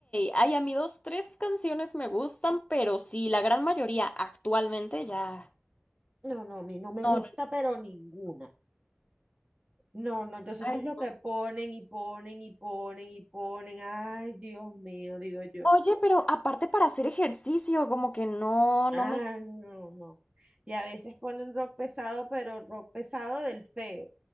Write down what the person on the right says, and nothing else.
no, no, a mí no me
gusta,
pero ninguna, no, no, entonces
eso es lo que
ponen y ponen y ponen y ponen, ay, Dios mío, digo yo.
Ah,
no, no. Y a veces ponen rock pesado, pero rock pesado del feo.